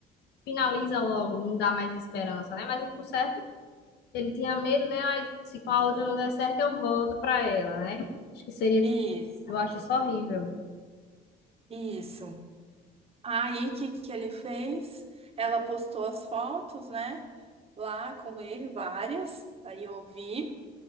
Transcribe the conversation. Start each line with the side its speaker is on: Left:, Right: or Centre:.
Left: finaliza logo, não dá mais esperança, né? Mas por certo, ele tinha medo, né? Ai, se com a outra não der certo, eu volto pra ela, né? Acho que seria,
Right: Isso,
Left: eu acho isso horrível.
Right: isso. Aí, o que que ele fez? Ela postou as fotos, né? Lá com ele, várias. Aí eu vi.